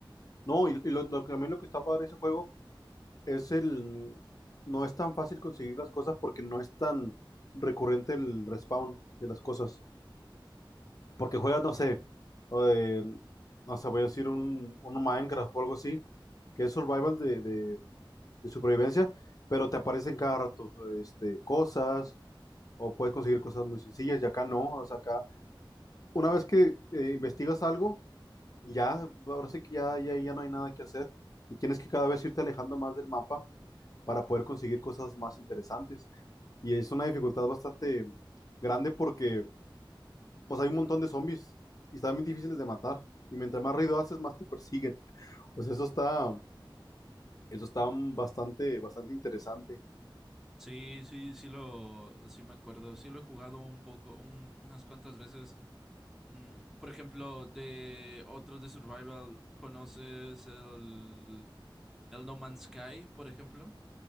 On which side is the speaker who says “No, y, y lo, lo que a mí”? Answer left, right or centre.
Left